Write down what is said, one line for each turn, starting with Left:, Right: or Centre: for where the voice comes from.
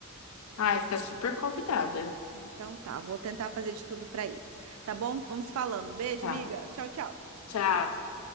Left: Ai, você tá super convidada.
Right: Então tá, vou tentar fazer de tudo para ir. Tá bom? Vamos falando. Beijo,
Left: Tá.
Right: miga. Tchau, tchau.
Left: Tchau.